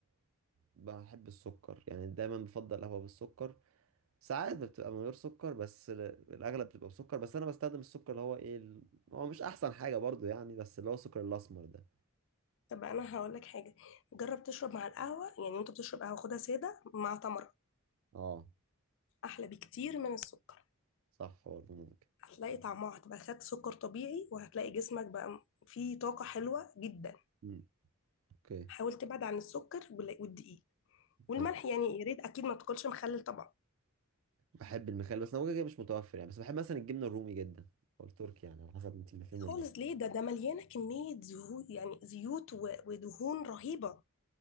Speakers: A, on the right (about 75°); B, on the left (about 65°).
A: بحب السكر يعني دايما بفضل قهوة بالسكر ساعات بتبقى من غير سكر بس ال- الأغلب بتبقى بسكر بس أنا بستخدم السكر اللي هو إيه ال... هو مش أحسن حاجة برضه يعني بس اللي هو السكر الأسمر ده
B: طب انا هقول لك حاجه جرب تشرب مع القهوه يعني وانت بتشرب قهوه خدها ساده مع تمر
A: اه
B: احلى بكتير من السكر
A: صح برضه ممكن
B: هتلاقي طعمها هتبقى خد سكر طبيعي وهتلاقي جسمك بقى فيه طاقة حلوة جدا
A: مم. اوكي
B: حاول تبعد عن السكر وال- والدقيق والملح
A: تمام
B: يعني يا ريت اكيد ما تاكلش مخلل طبعا
A: بحب المخلل بس هو كده مش متوفر يعني بس بحب مثلا الجبنة الرومي جدا أو التركي يعني على حسب أنت اللي فين ولا
B: خالص
A: لأ.
B: ليه ده ده مليانة كمية زهو يعني زيوت و- ودهون رهيبة